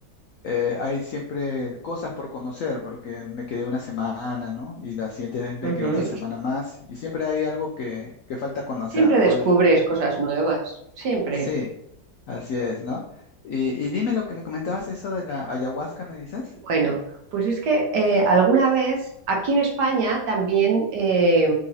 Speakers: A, on the left; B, on the right.
A: eh, hay siempre cosas por conocer, porque me quedé una semana, ¿no? Y la siguiente vez me
B: Ujú.
A: quedé otra semana más, y siempre hay algo que, que falta conocer,
B: Siempre
A: ¿no?
B: descubres
A: El,
B: cosas nuevas, siempre.
A: sí, así es, ¿no? Y, y dime lo que me comentabas, eso de la ayahuasca, ¿me dices?
B: Bueno, pues es que eh, alguna vez aquí en España también eh,